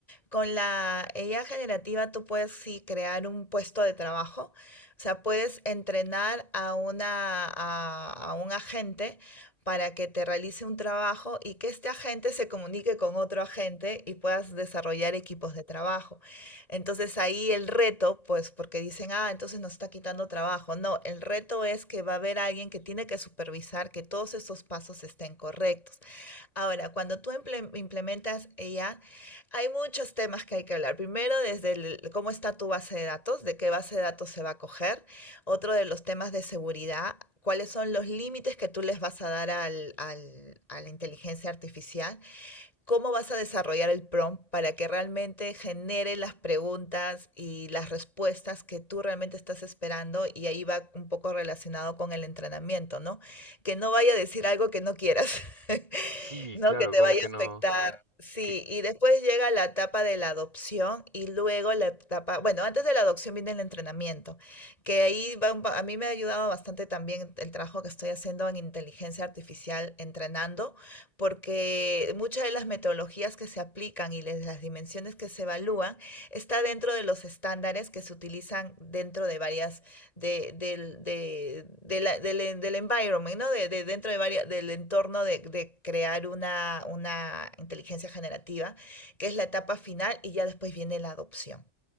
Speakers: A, on the left (about 30°); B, on the right (about 30°).
A: Con la IA generativa tú puedes sí crear un puesto de trabajo, o sea, puedes entrenar a una, a, a un agente para que te realice un trabajo y que este agente se comunique con otro agente y puedas desarrollar equipos de trabajo. Entonces ahí el reto, pues porque dicen, ah, entonces nos está quitando trabajo. No, el reto es que va a haber alguien que tiene que supervisar que todos esos pasos estén correctos. Ahora, cuando tú imple- implementas ella, hay muchos temas que hay que hablar. Primero, desde el- cómo está tu base de datos, de qué base de datos se va a coger. Otro de los temas de seguridad, cuáles son los límites que tú les vas a dar al- al- a la inteligencia artificial cómo vas a desarrollar el prompt para que realmente genere las preguntas y las respuestas que tú realmente estás esperando y ahí va un poco relacionado con el entrenamiento, ¿no? Que no vaya a decir algo que no quieras, <laughs>
B: Sí,
A: ¿no?
B: claro,
A: Que te
B: como
A: vaya
B: que
A: a afectar.
B: no,
A: Claro. Sí,
B: que,
A: y después llega la etapa de la adopción y luego la etapa, bueno, antes de la adopción viene el entrenamiento, que ahí va un pa- a mí me ha ayudado bastante también el trabajo que estoy haciendo en inteligencia artificial entrenando porque muchas de las metodologías que se aplican y les- las dimensiones que se evalúan está dentro de los estándares que se utilizan dentro de varias, de, del, de- de la- del, del environment, ¿no? De, de- dentro de varias, del entorno de, de crear una, una inteligencia generativa, que es la etapa final y ya después viene la adopción.